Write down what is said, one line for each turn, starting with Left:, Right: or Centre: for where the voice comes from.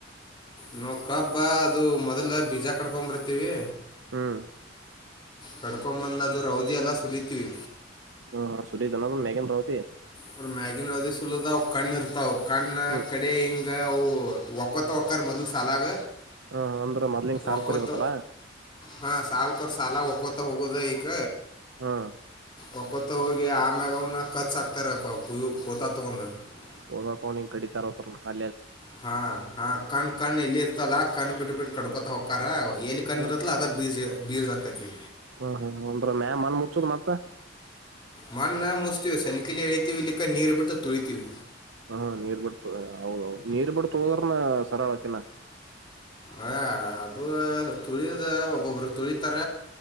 Left: ನೋ ಕಬ್ಬಾ ಅದು ಮೊದ್ಲ ಬೀಜ ಕಡ್ಕೊಂಬರ್ತಿವಿ.
Right: ಹ್ಮ್,
Left: ಕಡ್ಕೊಂಬಂದ ಅದು ರೌದಿ ಎಲ್ಲ ಸುಲಿತೀವಿ.
Right: ಹ್ಮ ಸುಲಿದು ಏನ್ ಮ್ಯಾಗಿಂದ್ ರೌದಿ.
Left: ಅವ್ರ ಮ್ಯಾಗಿನ್ ರೌದಿ ಸುಲದವು ಕಣ್ಣ್ ಇರ್ತಾವ ಕಣ್ಣ
Right: ಹ್ಮ್
Left: ಕಡೆ ಹಿಂಗ ಅವು, ಒಕ್ಕತ್ತ ಒಕ್ಕರ್ ಮೊದಲ್ ಸಾಲಗ.
Right: ಹ ಅಂದ್ರ ಮೊದ್ಲಿಂಗ ಸಾಲ್
Left: ಒಕ್ಕೋತ
Right: ಕೊರಿಬೇಕಲ್ಲಾ
Left: ಹಾ ಸಾಲ ಕೊಟ್ಟ ಸಾಲ ಒಕ್ಕೋತ ಹೋಗುದೇ, ಕ
Right: ಹ್ಮ್
Left: ವಕೋತ ಹೋಗಿ ಆಮ್ಯಾಗ ಕ <unintelligible>
Right: <unintelligible> ಕಡಿತಾರ ಹಾ
Left: ಹಾ ಹ ಕಣ ಕಣ ಎಲ್ಲಿ ಇರ್ತಲ್ಲ ಕಣ ಬಿಟ್ಟ ಬಿಟ್ಟ ಕಡ್ಕೊತ, ಹಕ್ಕಕಾರ ಎಲ್ಲಿ ಕಣ
Right: ಹ್ಮ್
Left: ಇರತ್ಲ ಅದ ಬೀಜ ಬೀರಕೈತತಿ
Right: ಹ್ಮ್ ಹ್ಮ್ ಅಂದ್ರ ಮ್ಯಾಲ ಮನ್ ಮುಚ್ಚದ್ ಮತ್ತ.
Left: ಮಣ್ಣ್ ಮುಚ್ಚತೀವಿ ಸಲ್ಕಿಲಿ ಎಳಿತೀವಿ, ಇಲ್ಲಿಕ್ಕ ನೀರು ಬಿಟ್ಟು ತುಳಿತೀವಿ
Right: ಹ ನೀರ್ ಬಿಡ್ತು ಹೌದೌದು ನೀರ್ ಬಿಡ್ತು ತುಳದ್ರನ ಸರಳ ಐತಿ ಇನ್.
Left: ಅಯ ಅದು ತುಳಿಯದ ಒಬ್ಬೊಬ್ಬರು ತುಳಿತಾರ.